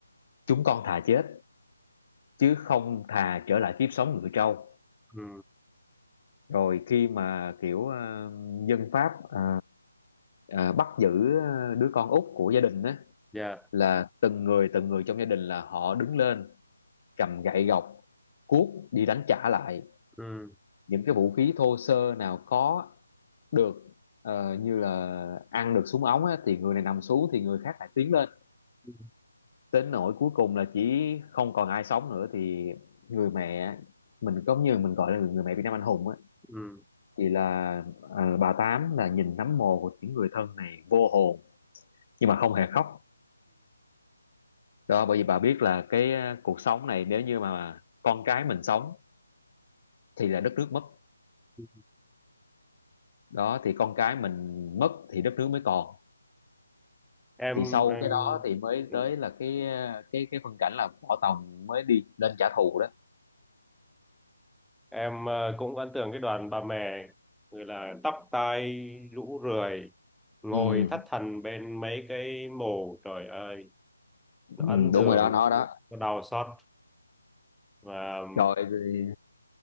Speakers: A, on the left; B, in the centre.
A: chúng con thà chết chứ không thà trở lại kiếp sống người trâu
B: ừ
A: rồi khi mà kiểu ờ, dân Pháp ờ, ờ, bắt giữ ờ, đứa con út của gia đình á
B: dạ
A: là từng người từng người trong gia đình là họ đứng lên cầm gậy gộc cuốc đi đánh trả lại
B: ừ
A: những cái vũ khí thô sơ nào có được ờ, như là ăn được súng ống á, thì người này nằm xuống thì người khác lại tiến lên
B: ừ
A: đến nỗi cuối cùng là chỉ không còn ai sống nữa thì người mẹ mình có như mình gọi là người mẹ Việt Nam anh hùng á
B: ừ.
A: thì là ờ, bà Tám là nhìn nấm mồ của những người thân này vô hồn nhưng mà không hề khóc Đó, bởi vì bà biết là cái ờ, cuộc sống này nếu như mà con cái mình sống thì là đất nước mất.
B: ừ.
A: Đó thì con cái mình mất thì đất nước mới còn.
B: em
A: Thì sau
B: em
A: cái đó thì mới
B: ừ.
A: tới là cái ờ, cái cái phân cảnh là Võ Tòng mới đi lên trả thù đó.
B: em ờ, cũng ấn tượng cái đoàn bà mẹ người là tóc tai rũ rượi ngồi
A: Ừ,
B: thất thần bên mấy cái mồ trời ơi
A: ừ
B: nó ấn
A: đúng
B: tượng
A: rồi đó nó đó.
B: nó đau xót và
A: Trời thì